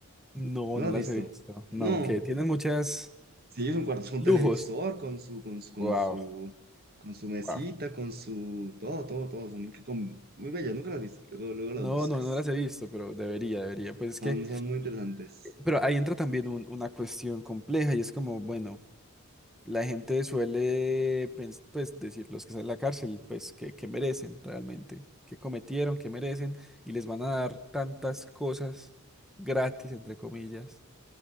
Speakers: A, in the centre; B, on the right (about 45°).
A: No,
B: ¿No
A: no
B: la has
A: las
B: visto?
A: he visto.
B: No.
A: No, que tienen muchas
B: Sí, es un cuarto, es un
A: lujos.
B: televisor con su, con su, con
A: Wow,
B: su, con su mesita,
A: wow.
B: con su, todo, todo, todo. Son incre- con- muy bellas, nunca las has visto. Luego, luego las
A: No,
B: buscas.
A: no, no las he visto, pero debería, debería. Pues es
B: Son,
A: que,
B: son muy interesantes.
A: pero ahí entra también un- una cuestión compleja y es como, bueno. La gente suele, pens- pues, decir los que están en la cárcel, pues, que, que merecen realmente, que cometieron, que merecen, y les van a dar tantas cosas gratis, entre comillas,